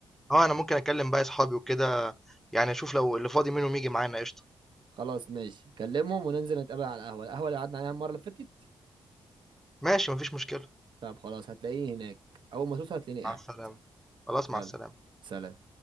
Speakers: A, in the centre; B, on the right.
A: آه، أنا ممكن أكلم باقي أصحابي وكده، يعني أشوف لو اللي فاضي منهم ييجي معانا قشطة.
B: خلاص ماشي كلمهم وننزل نتقابل على القهوة القهوة اللي قعدنا عليها المرة اللي فاتت
A: ماشي، ما فيش مشكلة.
B: طب خلاص هتلاقيني هناك أول ما توصل هتلاقيني قاعد
A: مع السلامة. خلاص
B: يلا
A: مع السلامة.
B: سلام